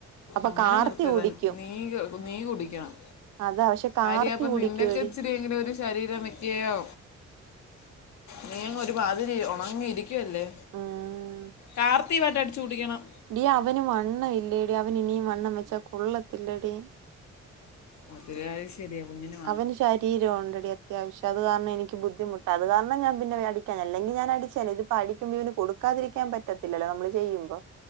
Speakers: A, on the right (about 80°); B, on the left (about 65°).
A: അപ്പൊ
B: അങ്ങനെ
A: കാർത്തി
B: നിർത്തരുത്
A: കുടിക്കും
B: നീ നീ കുടിക്കണം
A: അതാ പക്ഷെ കാർത്തി
B: കാര്യ അപ്പൊ
A: കുടിക്കുവെടി
B: നിന്നൊക്ക് ഇച്ചിരി എങ്കിലെ ഒരു ശരീരം വെയ്ക്കുകയോ നീ അങ്ങ് ഒരു മാതിരി ഒണങ്ങി ഇരിക്കുവല്ലേ
A: ഉം
B: കാർത്തിവായിട്ട് അടിച്ച് കുടിക്കണം
A: ഡീ അവന് വണ്ണംയില്ലെടി അവന് ഇനിയും വണ്ണം വെച്ചാ കൊള്ളത്തില്ലെടി
B: അത്ര ആയുഷ് ചെറിയ കുഞ്ഞിനൊക്കെ
A: അവന് ശരീരം ഓണ്ടെഡി അത്യാവശ്യം അത് കാരണം എനിക്ക് ബുദ്ധിമുട്ട അത് കാരണം എന്നാ ഞാൻ പിന്നെ അടിക്കാഞ്ഞേ അല്ലെങ്കി ഞാൻ അടിച്ചേനേ ഇതിപ്പ അടിക്കുമ്പോ ഇവന് കൊടുക്കാതിരി ക്കാൻ പറ്റത്തില്ലോ നമ്മള് ചെയ്യുമ്പം